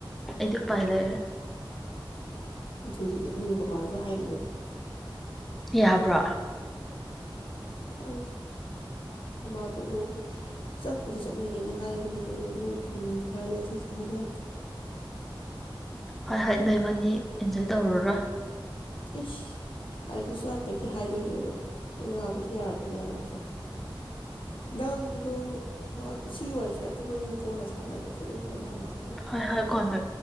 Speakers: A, in the centre; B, on the left (about 75°).
A: ꯑꯩꯗꯤ ꯄꯥꯏ ꯂꯩ
B: ꯅꯤꯡꯅꯤꯊꯨꯖꯤꯗꯤ ꯅꯤꯔꯨꯄꯃꯥꯅꯁꯨ ꯍꯥꯏꯈꯤꯕꯅꯤ
A: ꯌꯥꯕ꯭ꯔꯣ
B: ꯈꯣꯡ ꯃꯥ ꯇꯀ ꯆꯠꯄꯨꯗꯤ ꯆꯠꯅꯤꯡꯉꯦꯅ ꯍꯥꯏꯕꯅꯦ ꯑ ꯂꯣꯛ ꯊꯨꯡꯉ ꯈꯔ ꯂꯩ ꯆꯠꯁꯦ ꯍꯥꯏꯅ
A: ꯍꯣꯏ ꯍꯣꯏ ꯅꯣꯏꯕꯅꯤ ꯑꯦꯟꯖꯣꯏ ꯇꯧꯔꯨꯔ
B: ꯏꯁ ꯍꯥꯏꯗꯤꯁꯨ ꯍꯥꯏꯐꯦꯠꯇ ꯍꯥꯏꯗꯣꯏꯅꯦ ꯑꯗꯣꯕꯨꯗꯤ ꯌꯥꯔꯛꯀꯅꯤ ꯌꯥꯔꯦ ꯁꯤꯗꯣ ꯅꯪꯗꯣ ꯁꯤꯒꯤ ꯋꯥꯔꯤꯁꯤꯅ ꯑꯇꯣꯞꯄꯁꯤꯅ ꯀꯣꯟꯅ ꯁꯥꯟꯅꯔꯁꯦ ꯑꯩ ꯀꯣꯟꯅ ꯍꯪꯉꯛ
A: ꯍꯣꯏ ꯍꯣꯏ ꯀꯣꯟꯗ